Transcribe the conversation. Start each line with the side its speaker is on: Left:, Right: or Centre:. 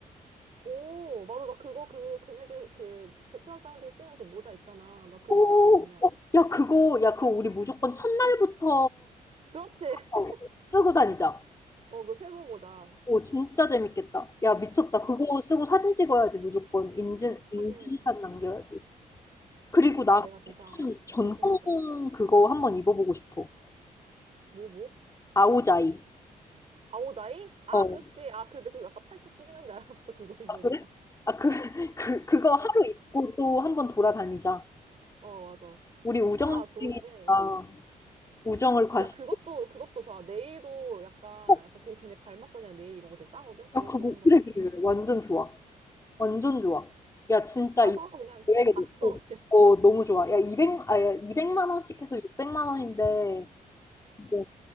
Right: 오, 맞아. 나 그거 그 걔네들 그 베트남 사람들이 쓰는 그 모자 있잖아. 나 그
Left: 오,
Right: 뭐, 그 뭐냐.
Left: 어, 야, 그거, 야, 그거 우리 무조건 첫날부터
Right: 그렇지.
Left: 어,
Right: <laughs>
Left: 쓰고 다니자.
Right: 어, 그 세모 모자.
Left: 오, 진짜 재밌겠다. 야, 미쳤다.
Right: 어,
Left: 그거 쓰고 사진 찍어야지, 무조건. 인증,
Right: 어,
Left: 인증샷
Right: 사진.
Left: 남겨야지. 그리고 나
Right: 아, 내가 진짜
Left: 전통
Right: 그렇게 했대.
Left: 그거 한번 입어보고 싶어.
Right: 뭐, 뭐?
Left: 아오자이.
Right: 아오자이? 아,
Left: 어.
Right: 그치. 아, 그, 근데 그거 약간 팔뚝 끼는데 알았어. 그거 <laughs> 입어보자.
Left: 아, 그래? 아, 그, <laughs> 그, 그거 하루 입고 또 한번 돌아다니자.
Right: 어, 맞아.
Left: 우리 우정이니까
Right: 아, 좋은데.
Left: 우정을 과시.
Right: 야, 그것도, 그것도 좋아. 네일도 약간,
Left: 어,
Right: 약간 그 걔네 발 마사지랑 네일 이런 거 되게 싸거든? 그것도
Left: 야, 그거 뭐-
Right: 한번
Left: 그래,
Right: 해보자.
Left: 그래, 그래. 완전 좋아. 완전 좋아. 야, 진짜
Right: 가서
Left: 이
Right: 그냥
Left: 계획에
Right: 돈 다
Left: 놓고.
Right: 써. 그냥.
Left: 어, 너무 좋아. 야, 이백 아, 야, 200만 원씩 해서 600만 원인데. 네.